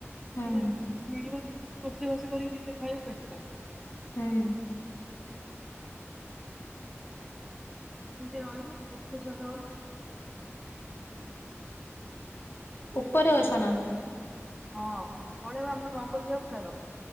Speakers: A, on the left; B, in the centre.
A: ହୁଁ
B: <unintelligible> ରୋଷେଇ ବାସ କରିକୁ ନିଜେ ଖାଇ ବେଟର।
A: ହୁଁ।
B: ନିଜେ ରହଲୁ ଯୁଆଡେ ଇଛା ସିଆଡେ ଗଲୁ।
A: ଉପରେ ଅଛ ନା।
B: ହଁ ତଳେ ଆମର ରଙ୍ଗ ଦିଆହୋଇଥିଲା ତ।